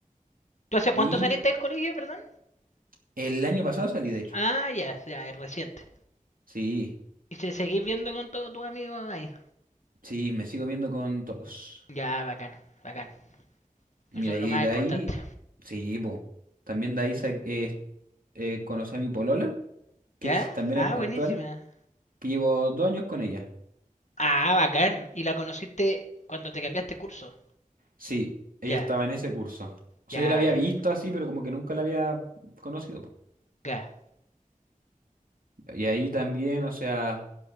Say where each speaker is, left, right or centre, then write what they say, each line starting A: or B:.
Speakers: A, on the left; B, on the right.
A: ¿Tú hace cuánto
B: y
A: saliste del colegio, perdón?
B: el año pasado salí, de hecho.
A: Ah, ya, ya, es reciente.
B: Sí,
A: ¿Y se seguís viendo con todos tus amigos ahí?
B: sí, me sigo viendo con todos.
A: Ya, bacán, bacán.
B: Mira,
A: Eso es lo
B: y
A: más
B: de
A: importante.
B: ahí, sí, po. También de ahí sa- eh, eh, conocí a mi polola, que
A: ¿Ya?
B: es también
A: Ah,
B: act-
A: buenísima.
B: actual, que llevo dos años con ella.
A: Ah, bacán. ¿Y la conociste cuando te cambiaste curso?
B: Sí, ella
A: Ya,
B: estaba en ese curso. O
A: ya,
B: sea, yo la
A: bacán.
B: había visto así, pero como que nunca la había conocido. po.
A: Ya.
B: Y ahí también, o sea,